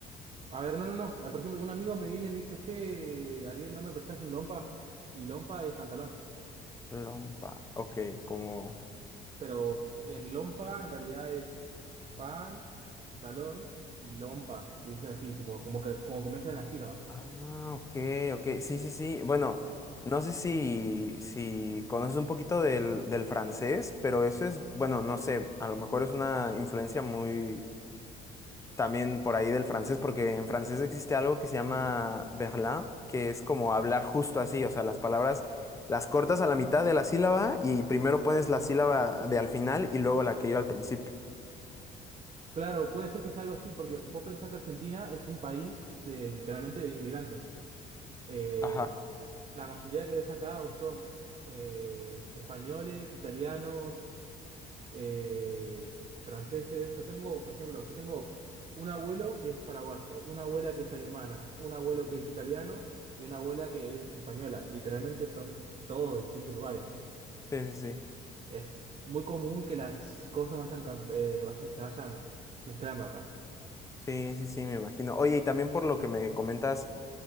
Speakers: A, on the right; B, on the left.
A: a ver, no, no, no. Por ejemplo, un amigo me viene y me dice, che, Ariel, ¿no me prestás un lompa? Y lompa es pantalón.
B: Lompa. Ok, como...
A: Pero en lompa en realidad es pan, talón y lompa. Le dicen así, tipo, como que como que mezclan las sílabas.
B: Ah, ok, ok. Sí, sí, sí. Bueno, no sé si, si conoces un poquito del, del francés, pero eso es, bueno, no sé, a lo mejor es una influencia muy también por ahí del francés, porque en francés existe algo que se llama verlan, que es como hablar justo así, o sea, las palabras las cortas a la mitad de la sílaba y primero pones la sílaba de al final y luego la que iba al principio.
A: Claro, puede ser que sea algo así, porque vos pensás que Argentina es un país de, literalmente de inmigrantes. Eh,
B: Ajá.
A: la mayoría que ves acá o son eh, españoles, italianos, eh, franceses. Yo tengo, por ejemplo, yo tengo un abuelo que es paraguayo, una abuela que es alemana, un abuelo
B: Ujú.
A: que es italiano y una abuela que es española. Literalmente son todos de distintos lugares.
B: Sí, sí, sí.
A: Es muy común que las cosas vayan, cam- eh, vayan, se vayan mezclando acá.
B: Sí, sí, sí, me imagino. Oye, y también por lo que me comentas,